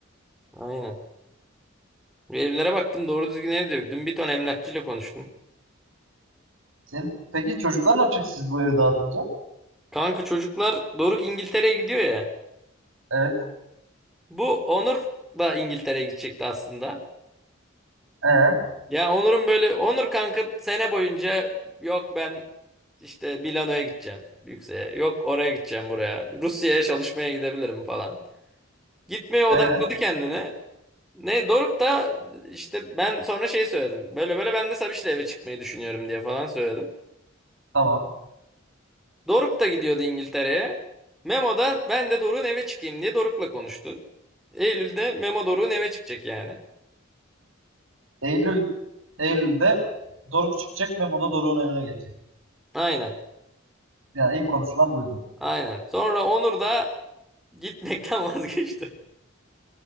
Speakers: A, in the centre; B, on the right.
A: Aynen. Bir Evlere baktım doğru düzgün ev de yok. Dün bir ton emlakçıyla konuştum.
B: Senin, peki çocuklar ne yapacak siz bu evi dağıtınca?
A: Kanka çocuklar Doruk İngiltere'ye gidiyor ya.
B: Evet.
A: Bu Onur da İngiltere'ye gidecekti aslında.
B: E,
A: Ya Onur'un böyle Onur kanka sene boyunca yok ben işte Milano'ya gideceğim yükseğe. Yok oraya gideceğim buraya. Rusya'ya çalışmaya gidebilirim falan. Gitmeye odakladı
B: e,
A: kendini. Ne Doruk da işte ben sonra şey söyledim. Böyle böyle ben de Sabiş'le eve çıkmayı düşünüyorum diye falan söyledim.
B: tamam.
A: Doruk da gidiyordu İngiltere'ye. Memo da ben de Doruk'un eve çıkayım diye Doruk'la konuştu. Eylül'de Memo Doruk'un eve çıkacak yani.
B: Eylül Eylül'de Doruk çıkacak. Memo da Doruk'un evine geçecek.
A: Aynen.
B: Yani ilk konuşulan buydu.
A: Aynen. Sonra Onur da gitmekten <laughs> vazgeçti.